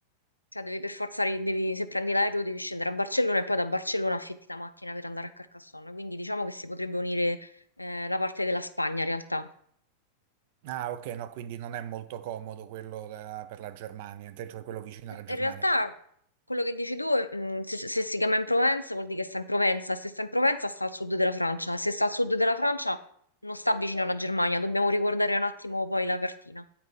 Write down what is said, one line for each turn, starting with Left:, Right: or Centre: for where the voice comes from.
Left: Cioè, devi per forza, ri- devi- se prendi l'aereo, devi scendere a Barcellona e poi da Barcellona affitti la macchina per andare a Carcassonne. Quindi diciamo che si potrebbe unire eh, la parte della Spagna in realtà.
Right: Ah, ok, no, quindi non è molto comodo quello da- per la Germania, te- cioè quello vicino
Left: In
Right: alla Germania.
Left: realtà, quello che dici tu, mh, se, se si chiama in Provenza vuol dire che sta in Provenza, se sta in Provenza sta al sud della Francia, se sta al sud della Francia non sta vicino alla Germania. Dobbiamo riguardare un attimo poi la cartina.